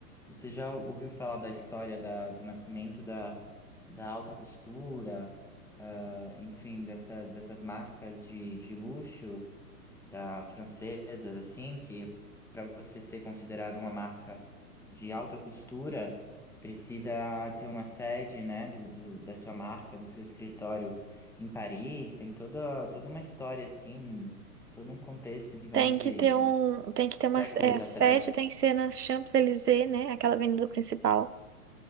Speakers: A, in the centre; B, on the right.
A: você já ouviu falar da história da, do nascimento da, da alta costura, ah, enfim, dessa, dessas marcas de, de luxo da francesas, assim, que para você ser considerada uma marca de alta costura, precisa ter uma sede, né, do, do- da sua marca, do seu escritório em Paris, tem toda, toda uma história, assim, todo um contexto que vem
B: Tem
A: de,
B: que ter
A: de
B: um, tem que
A: séculos
B: ter uma, é, a sede
A: atrás.
B: tem que ser na Champs-Élysées, né? Aquela avenida principal.